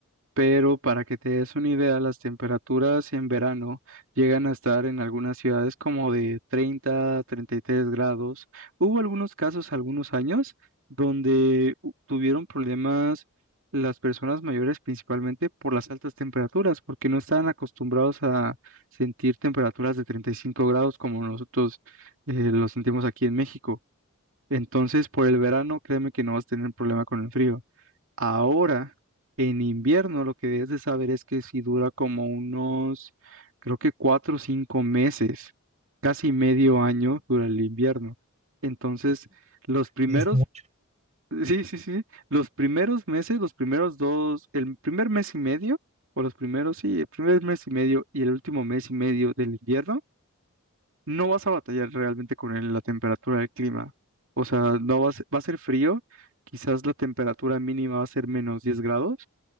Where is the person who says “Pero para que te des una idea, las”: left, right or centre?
Right